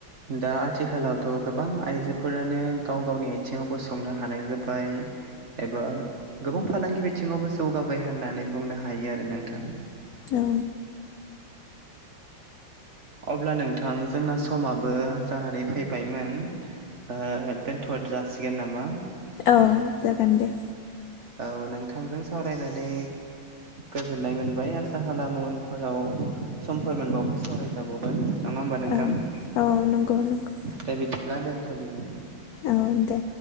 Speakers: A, on the right (about 45°); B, on the left (about 85°).
A: दा आथिखालावथ' गोबां आइजोफोरानो गाव गावनि आयथिंआव गसंनो हानाय जाबाय एबा गोबां फालांगि बिथिङावबो जौगाबाय होननानै बुंनो हायो आरो नोंथां
B: औ
A: अब्ला नोंथां जोंना समाबो जानानै फैबायमोन ओ दोनथद जासिगोन नामा
B: औ जागोन दे
A: औ नोंथांजों सावरायनानै गोजोननाय मोनबाय आस सा खालामो उनफोराव समफोर मोनबावबा सावराय जाबावगोन नङा होमबा नोंथां
B: औ औ नंगौ नंगौ
A: दे बिदिब्ला दोनथ'दिनि
B: औ दे